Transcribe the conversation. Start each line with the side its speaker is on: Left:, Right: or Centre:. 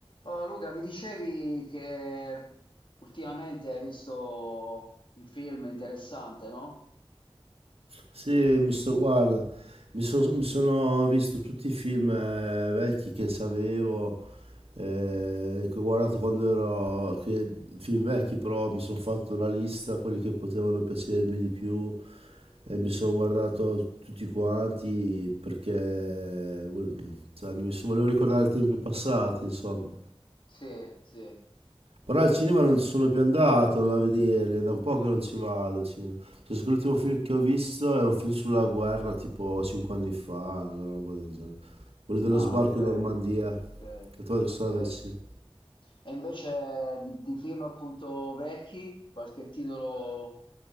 Left: Oh, Luca, mi dicevi che ultimamente hai visto un film interessante, no?
Right: Sì, mi sto, guarda, mi, so- mi sono visto tutti i film eh, vecchi che sapevo, eh, che ho guardato quando ero, che, film vecchi però mi sono fatto una lista, quelli che potevano piacermi di più e mi sono guardato tutti quanti perché vol- cioè, mi so- volevo ricordare i tempi passati, insomma.
Left: Sì, sì.
Right: Però al cinema non ci sono più andato a vederli, è da un po' che non ci vado al cinema. Penso che l'ultimo film che ho visto era un film sulla guerra tipo 5 anni fa, una roba del genere. Quello dello
Left: Ah,
Right: sbarco
Left: ok,
Right: in Normandia,
Left: ok,
Right: che trovo che sono
Left: ok.
Right: andato al cinema.
Left: E invece di, di film appunto vecchi, qualche titolo